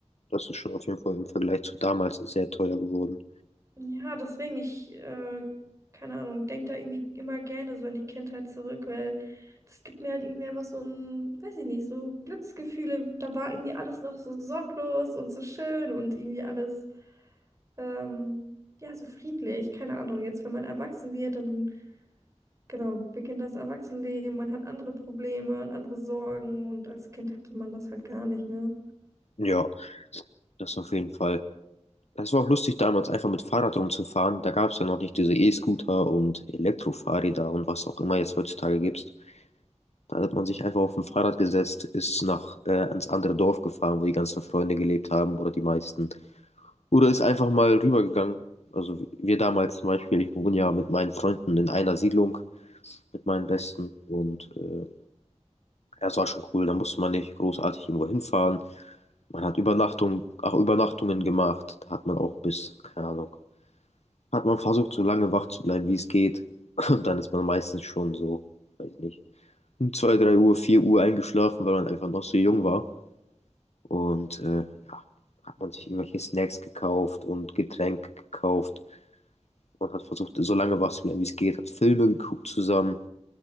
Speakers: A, on the left (about 65°); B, on the right (about 25°).
A: das ist schon auf jeden Fall im Vergleich zu damals sehr teuer geworden.
B: Ja, deswegen, ich, äh, keine Ahnung, denke da irgendwie immer gerne so an die Kindheit zurück, weil das gibt mir halt irgendwie einfach so ein, weiß ich nicht, so Glücksgefühle. Da war irgendwie alles noch so sorglos und so schön und irgendwie alles, ähm, ja, so friedlich. Keine Ahnung, jetzt, wenn man erwachsen wird, dann, genau, beginnt das Erwachsenenleben, man hat andere Probleme und andere Sorgen und als Kind hatte man das halt gar nicht, ne?
A: Ja, das auf jeden Fall. Es war auch lustig damals einfach mit Fahrrad rumzufahren. Da gab es ja noch nicht diese E-Scooter und Elektrofahrräder und was auch immer jetzt heutzutage gibt. Da hat man sich einfach auf ein Fahrrad gesetzt, ist nach äh, ans andere Dorf gefahren, wo die ganzen Freunde gelebt haben oder die meisten. Oder ist einfach mal rübergegangen. Also wir damals zum Beispiel, ich wohne ja mit meinen Freunden in einer Siedlung, mit meinen Besten und äh, ja, es war schon cool. Da musste man nicht großartig irgendwo hinfahren. Man hat Übernachtung, auch Übernachtungen gemacht. Da hat man auch bis, keine Ahnung. hat man versucht, so lange wach zu bleiben, wie es geht. <laughs> Und dann ist man meistens schon so, weiß nicht, um 2 3 Uhr, 4 Uhr eingeschlafen, weil man einfach noch so jung war. Und äh, ja, hat man sich irgendwelche Snacks gekauft und Getränke gekauft. und hat versucht, so lange wach zu bleiben, wie es geht, hat Filme geguckt zusammen